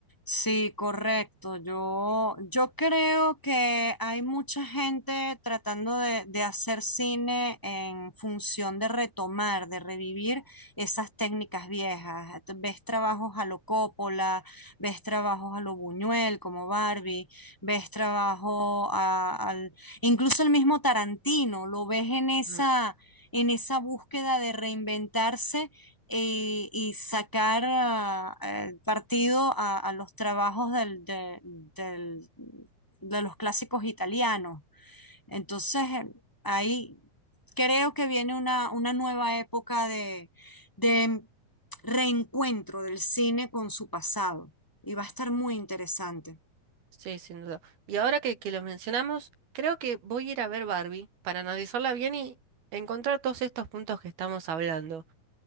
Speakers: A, in the centre; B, on the right.
A: Sí, correcto. Yo, yo creo que hay mucha gente tratando de, de hacer cine en función de retomar, de revivir esas técnicas viejas. T- Ves trabajos a lo Coppola, ves trabajos a lo Buñuel como Barbie, ves trabajo a- al, incluso el mismo Tarantino, lo ves en esa,
B: Mm.
A: en esa búsqueda de reinventarse y, y sacar ah, eh, partido a, a los trabajos del- de, del- de los clásicos italianos. Entonces, eh, ahí creo que viene una, una nueva época de, de reencuentro del cine con su pasado y va a estar muy interesante.
B: Sí, sin duda. Y ahora que, que lo mencionamos, creo que voy a ir a ver Barbie para analizarla bien y encontrar todos estos puntos que estamos hablando.